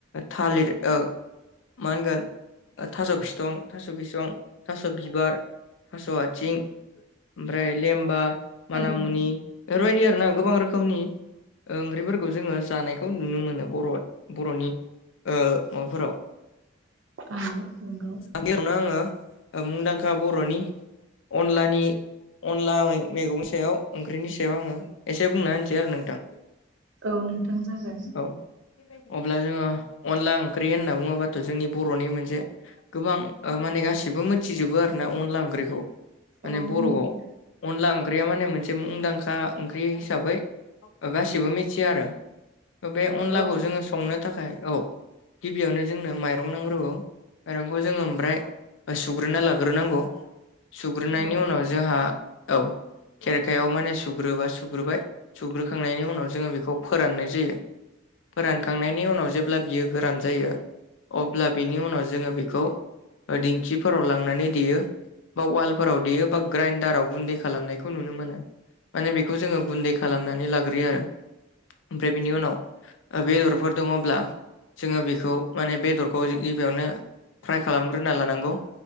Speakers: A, on the left (about 70°); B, on the right (about 75°).
A: थालिर औ मा होनगोन थास' बिथं, थास' बिसं, थास' बिबार, थास' आथिं ओमफ्राय लेमबा
B: थारैनो
A: मानामुनि बेफोरबायदि आरोना गोबां रोखोमनि ओ ओंख्रिफोरखौ जोंङो जानायखौ नुनो मोनो ओ बर' बर'नि माबाफोराव
B: औ नंगौ
A: गिबियावनो आंङो मुंदांखा बर'नि अनलानि अनला मे मैगंनि सायाव ओंख्रिनि सायाव आङो एसे बुंना होनिसै आरो नोंथां
B: औ नोंथां जागोन।
A: औ अब्ला जोंङो अनला ओंख्रि होनना बुङोबाथ' जोंनि बर'नि मोनसे गोबां ओ माने गासिबो मोनथिजोबो आरोना अनला ओंख्रिखौ माने
B: औ
A: बर'आव
B: नंगौ
A: अनला ओंख्रिया माने मोनसे मुंदांखा ओंख्रि हिसाबै ओ गासिबो मिथियो आरो बे अनलाखौ
B: औ
A: जोंङो संनो थाखाय औ गिबियावनो जोंनो माइरं नांग्रोगौ मायरंखौ जोंङो ओमफ्राय सुग्रोना लाग्रोनांगौ सुग्रोनायनि
B: थारैनो
A: उनाव जों जोंहा औ खेरखायाव माने सुग्रोबा सुग्रोबाय सुग्रोखांनायनि उनाव जोंङो बेखौ फोराननाय जायो फोरानखांनायनि उनाव जेब्ला बियो गोरान जायो अब्ला बेनि उनाव जोंङो बेखौ ओ दिंखिफोराव लांनानै देयो बा वालफोराव देयो बा ग्राइन्दाराव गुन्दै खालामनाय बेखौ नुनो मोनो माने बेखौ जोंङो गुन्दै खालामनानै लाग्रोयो आरो ओमफ्राय बिनि उनाव बेदरफोर दंङब्ला जोंङो बेखौ माने बेदरखौ बियावनो फ्राय खालामग्रोना लानांगौ